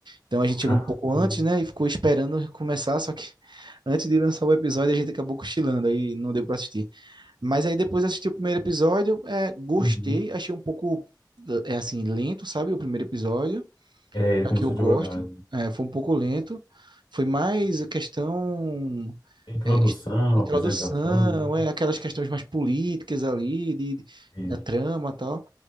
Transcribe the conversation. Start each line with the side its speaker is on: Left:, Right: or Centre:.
Right: Então a gente chegou
Left: Ah,
Right: um pouco
Left: sim.
Right: antes, né? E ficou esperando começar, só que <laughs> antes de lançar o episódio a gente acabou cochilando, aí não deu para assistir. Mas aí depois assisti o primeiro episódio, é, gostei,
Left: Uhum.
Right: achei um pouco é assim, lento, sabe? O primeiro episódio
Left: É, ele
Right: já
Left: começou
Right: que eu gosto,
Left: a divulgar.
Right: é, foi um pouco lento, foi mais a questão
Left: Introdução,
Right: é, es- introdução,
Left: apresentação.
Right: é, aquelas questões mais políticas ali, de, de-
Left: e,
Right: da trama e tal,